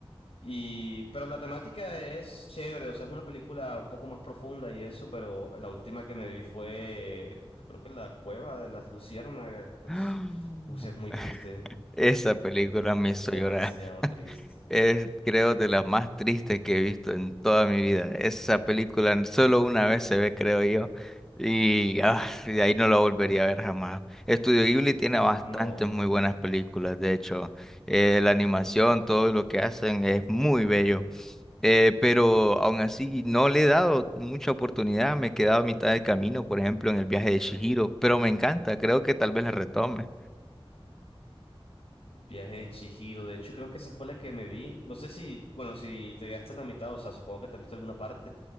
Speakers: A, on the left (about 75°); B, in the centre.
A: Y, pero la temática es chévere, o sea, es una película un poco más profunda y eso, pero la última que me vi fue, creo que La Cueva de las Luciérnagas.
B: <gasps>
A: Uy, es muy triste,
B: Esa película me
A: es
B: hizo
A: demasiado
B: llorar.
A: triste.
B: Es, creo, de las más tristes que he visto en toda mi vida. Esa película solo una vez se ve, creo yo. Y ah, de ahí no la volvería a ver jamás. Estudio Ghibli tiene bastantes
A: No,
B: muy buenas películas. De hecho, Eh, la animación, todo lo que hacen es muy bello. Eh, pero aún así no le he dado mucha oportunidad. Me he quedado a mitad de camino, por ejemplo, en el viaje de Chihiro. Pero me encanta. Creo que tal vez la retome.
A: viaje de Chihiro. De hecho, creo que esa fue la que me vi. No sé si, bueno, si te quedaste en la mitad, o sea, supongo que te has visto alguna parte.